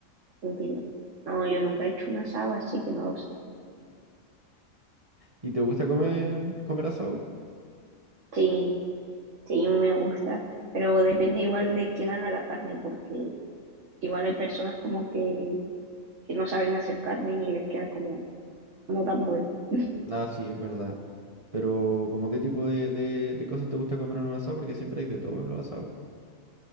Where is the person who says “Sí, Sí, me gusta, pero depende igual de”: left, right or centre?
Right